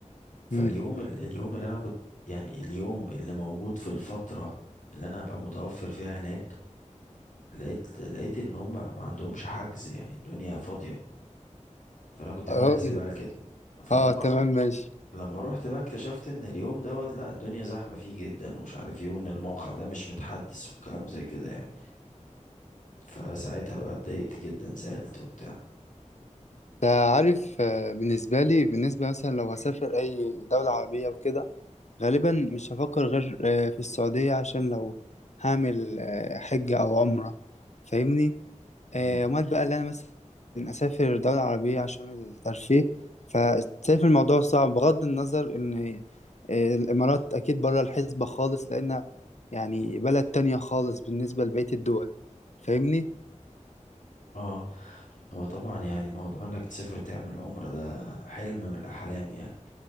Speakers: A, on the left (about 65°); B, on the left (about 80°).
A: امم
B: فاليوم ال- اليوم اللي انا كنت يعني اليوم اللي موجود في الفترة اللي انا هبقى متوفر فيها هناك لقيت لقيت ان هما ما عندهمش حجز يعني الدنيا فاضية فانا كنت
A: اه
B: عامل حسابي على كده فلما
A: آه، تمام ماشي
B: لما روحت بقى اكتشفت ان اليوم دوت لا الدنيا زحمة فيه جدا ومش عارف ايه وان الموقع ده مش متحدث وكلام زي كده يعني فساعتها بقى اتضايقت جدا زعلت وبتاع
A: انت عارف آه، بالنسبة لي بالنسبة مثلا لو هسافر أي دولة عربية وكده غالبا مش هفكر غير آه، في السعودية عشان لو هعمل آه، حجة أو عمرة فاهمني آه،
B: امم
A: أمال بقى اللي أنا مثلا أسافر دولة عربية عشان الترفيه فشايف الموضوع صعب بغض النظر إن آه، الإمارات أكيد بره الحسبة خالص لأن يعني بلد تانية خالص بالنسبة لبقية الدول فاهمني؟
B: اه هو طبعا يعني موضوع انك تسافر تعمل عمرة ده حلم من الاحلام يعني